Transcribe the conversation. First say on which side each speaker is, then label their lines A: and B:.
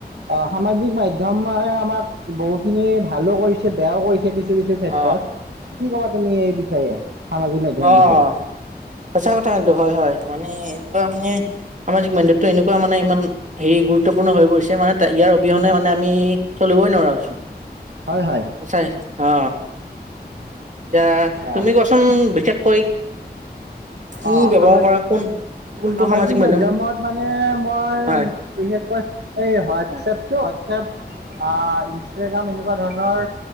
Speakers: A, on the right; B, on the right.
A: আহ সামাজিক মাধ্যমে আমাক বহু খিনি ভালো কৰিছে বেয়াও কৰিছে। কিছু কিছু ক্ষেত্ৰত
B: অ',
A: কি ক'বা তুমি এই বিষয়ে, সামাজিক মাধ্যমৰ
B: অঁ
A: বিষয়ে
B: সঁচা কথা কিন্তু হয় হয়। মানে এনেকুৱা মানে সামাজিক মাধ্যতো এনেকুৱা মানে ইমান হেৰি গুৰুত্বপূৰ্ণ হৈ পৰিছে মানে তাইগে। ইয়াৰ অবিহনে মানে আমি চলিবই নোৱাৰা হৈছোঁ।
A: হয় হয়
B: হচাই, অ। এতিয়া
A: অ
B: তুমি কোৱাচোন বিশেষকৈ কো
A: অ
B: ব্যৱহাৰ
A: সামা
B: কৰা কোন কোনটো
A: সামাজিক
B: মাধ্যম
A: মাধ্যমত মানে মই
B: হয়,
A: বিশেষকৈ এই হোৱাত
B: হয়,
A: এপ টো হোৱাটপ অ ইনষ্টাগ্ৰাম এনেকুৱা ধৰণৰ।